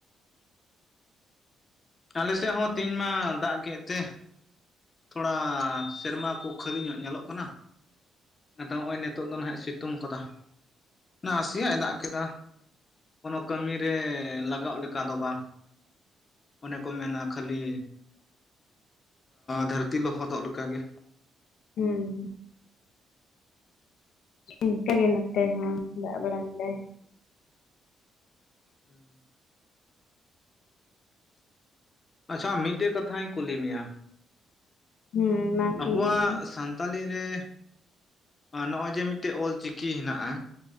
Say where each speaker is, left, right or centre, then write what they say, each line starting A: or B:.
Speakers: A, on the left; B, on the left.
A: ᱟᱞᱮᱥᱮᱜ ᱦᱚᱸ ᱛᱮᱦᱮᱧ ᱢᱟ ᱫᱟᱜ ᱠᱮᱜ ᱛᱮ ᱛᱷᱚᱲᱟ ᱥᱮᱨᱢᱟ ᱠᱩ ᱠᱷᱟᱹᱞᱤ ᱧᱚᱜ ᱧᱮᱞᱚᱜ ᱠᱟᱱᱟ᱾ ᱟᱫᱚ ᱱᱚᱜ-ᱚᱭ ᱱᱤᱛᱚᱜ ᱫᱚ ᱱᱟᱦᱟᱜ ᱥᱤᱛᱩᱝ ᱠᱟᱫᱟ ᱱᱟᱥᱮᱭᱟᱜ ᱮ ᱫᱟᱜ ᱠᱮᱫᱟ᱾ ᱠᱳᱱᱳ ᱠᱟᱹᱢᱤ ᱨᱮ ᱞᱟᱜᱟᱜ ᱞᱮᱠᱟ ᱫᱚ ᱵᱟᱝ᱾ ᱚᱱᱮ ᱠᱚ ᱢᱮᱱᱟ ᱠᱷᱟᱹᱞᱤ ᱫᱷᱟᱹᱨᱛᱤ ᱞᱚᱦᱚᱫᱚᱜ ᱞᱮᱠᱟ ᱜᱮ᱾
B: ᱦᱩᱸ ᱤᱱᱠᱟᱹ ᱜᱮ ᱱᱚᱛᱮ ᱦᱚᱸ ᱫᱟᱜ ᱵᱟᱲᱟ ᱠᱟᱫᱟᱭ᱾
A: ᱦᱩᱸ᱾ ᱟᱪᱪᱷᱟ, ᱢᱤᱫᱴᱮᱡ ᱠᱟᱛᱷᱟᱧ ᱠᱩᱞᱤ ᱢᱮᱭᱟ᱾
B: ᱦᱩᱸ, ᱢᱟ ᱠᱩᱞᱤᱧ
A: ᱟᱵᱚᱣᱟᱜ ᱥᱟᱱᱛᱟᱞᱤ ᱨᱮ ᱱᱚᱜᱼᱚᱭ ᱡᱮ ᱢᱤᱫᱴᱮᱡ ᱚᱞᱪᱤᱠᱤ ᱦᱮᱱᱟᱜᱼᱟ᱾